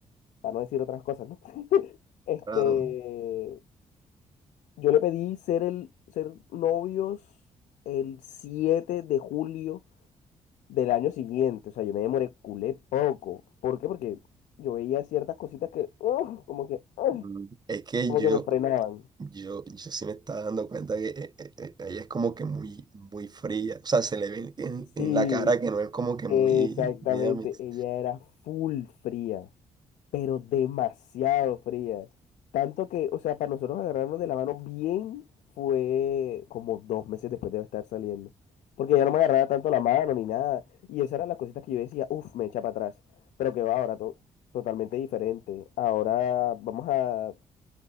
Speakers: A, on the left; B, on the right.
A: para no decir otras cosas, ¿no? <laughs> Este,
B: Claro.
A: yo le pedí ser el, ser novios el 7 de julio del año siguiente. O sea, yo me demoré culé poco. ¿Por qué? Porque yo veía ciertas cositas que, ¡uf! como que, ¡uf!
B: Mm, Es que
A: como
B: yo,
A: que me frenaban.
B: yo, yo sí me estaba dando cuenta que eh, eh, eh, ella es como que muy, muy fría. O sea, se le ve en,
A: Sí,
B: en la cara que no es como que
A: exactamente.
B: muy, muy amist-
A: Ella era full fría. pero demasiado fría. Tanto que, o sea, para nosotros agarrarnos de la mano bien fue como dos meses después de estar saliendo. Porque ya no me agarraba tanto la mano ni nada. Y esas eran las cositas que yo decía, uff, me echa para atrás. Pero que va ahora, to- totalmente diferente. Ahora vamos a,